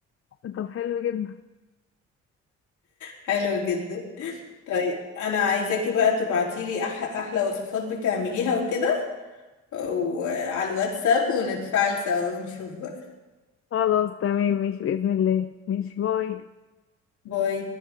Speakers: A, on the left (about 45°); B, on the left (about 75°).
A: <laughs> طب حلو جدا
B: حلو جدا طيب انا عايزاكي بقى تبعتيلي أح احلى وصفات بتعمليها وكده وعلى الواتساب ونتفاعل سوا ونشوف بقى
A: خلاص تمام ماشي بإذن الله ماشي باي
B: باي